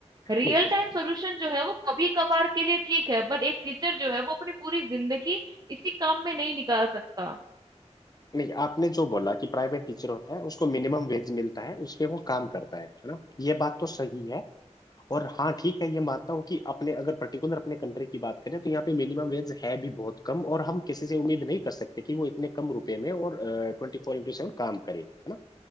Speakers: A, on the right (about 35°); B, on the left (about 35°).
A: रियल
B: नहीं
A: टाइम सॉल्यूशन जो है वो कभी कभार के लिए ठीक है पर एक टीचर जो है वो अपनी पूरी जिंदगी इसी काम में नहीं निकाल सकता
B: नहीं आपने जो बोला कि प्राइवेट टीचर होता है उसको मिनिमम वेज मिलता है उसपे वो काम करता है है ना ये बात तो सही है और हाँ ठीक है ये मानता हूँ कि अपने अगर पर्टिकुलर अपने कंट्री की बात करें तो यहाँ पे मिनिमम वेज है भी बहुत कम और हम किसी से उम्मीद नहीं कर सकते कि वो इतने कम रुपए में और ट्वेंटी फोर इंटू सेवन काम करे है ना